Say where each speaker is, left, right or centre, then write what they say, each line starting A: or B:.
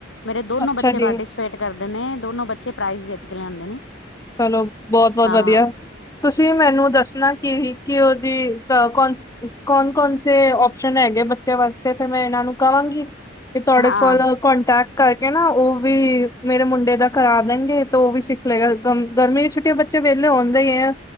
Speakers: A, on the left; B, on the left.
A: ਮੇਰੇ ਦੋਨੋ
B: ਅੱਛਾ
A: ਬੱਚੇ
B: ਜੀ
A: ਪਾਰਟੀ ਪੇਟ ਕਰਦੇ ਨੇ ਦੋਨੋ ਬੱਚੇ ਪ੍ਰਾਈਜ਼ ਜਿੱਤ ਕੇ ਲਿਆਂਦੇ ਨੇ
B: ਚਲੋ ਬਹੁਤ ਬਹੁਤ
A: ਹਾਂ
B: ਵਧੀਆ ਤੁਸੀਂ ਮੈਨੂੰ ਦੱਸਣਾ ਕੀ ਕਿ ਉਹ ਜ ਕ <unintelligible> ਕੌਣ ਕੌਣ ਸੇ ਓਪਸ਼ਨ ਹੈਗੇ ਬੱਚਿਆਂ ਵਾਸਤੇ ਤੇ ਮੈਂ ਇਹਨਾਂ ਨੂੰ ਕਹਾਂਗੀ ਥੋੜੇ
A: ਹਾਂ
B: ਕੋਲ ਕੋਂਟੈਕਟ ਕਰਕੇ ਨਾ ਉਹ ਵੀ ਮੇਰੇ ਮੁੰਡੇ ਦਾ ਕਰਾ ਦੇਣਗੇ ਤੇ ਉਹ ਵੀ ਸਿੱਖ ਲਏਗਾ ਗਮ ਗਰਮੀ ਛੁੱਟੀਆਂ ਬੱਚੇ ਵਿਹਲੇ ਆਉਂਦੇ ਹੀ ਹੈ